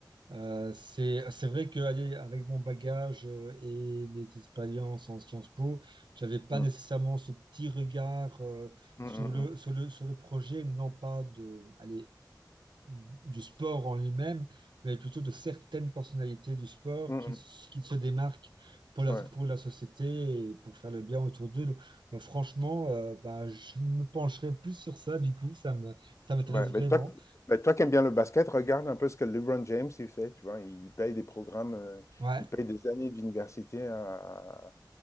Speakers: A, on the right (about 85°); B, on the left (about 40°).
A: euh, c'est c'est vrai que allez, avec mon bagage euh, et mes expériences en Sciences Po, j'avais pas
B: Mm,
A: nécessairement ce petit regard euh,
B: mm,
A: sur
B: mm,
A: le, sur le, sur le projet, non pas de, allez, du sport en lui-même, mais plutôt de certaines personnalités du sport
B: mm, mm,
A: qui, s-
B: mm,
A: qui se démarquent pour la,
B: ouais.
A: pour la société et pour faire le bien autour d'eux. Donc, euh, franchement, euh, bah, je me pencherai plus sur ça, du coup, ça me, ça m'intéresse
B: Ouais,
A: vraiment.
B: mais toi, qui- ben, toi qui aimes bien le basket, regarde un peu ce que LeBron James il fait, tu vois, il paye des programmes, euh,
A: Ouais,
B: il paye des années d'université à,